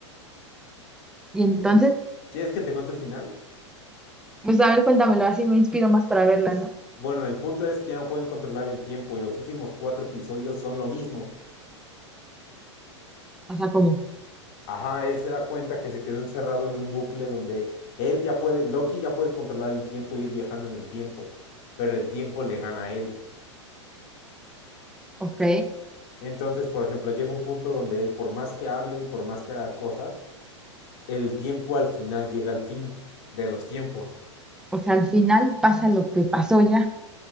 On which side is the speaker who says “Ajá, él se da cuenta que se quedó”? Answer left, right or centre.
Left